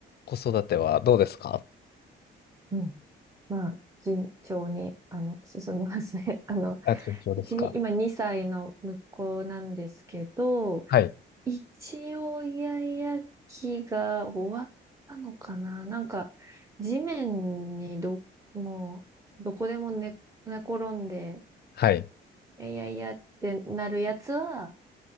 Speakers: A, on the left; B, on the right.
A: 子育てはどうですか
B: うん。まあ、順調に、あの、進みますね。<laughs> あの、
A: あ、順調ですか。
B: うちに、今2歳の息子なんですけど、
A: はい。
B: 一応、イヤイヤ期が終わったのかななんか、地面にど、もう、どこでも寝、寝転んで、
A: はい。
B: いやいやいやってなるやつは、